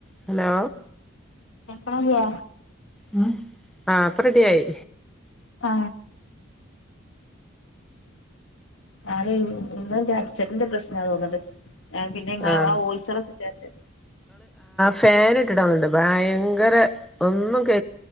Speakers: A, in the centre; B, on the left.
A: Hello
B: കേക്കവോ
A: ഉം ആ ഇപ്പ റെഡിയായി
B: ആ ഞാന് ഇന്നെന്റെ അഛന്റെ പ്രശ്നാന്ന് തോന്നണ്ട് ആഹ് പിന്നെ ഇങ്ങളെ
A: ആഹ്
B: ആ വോയ്‌സോളൊക്കെ കേട്ട്
A: ഫാൻ ഇട്ടിട്ടാ ഓണ്ട് ഭയങ്കര ഒന്നും കേ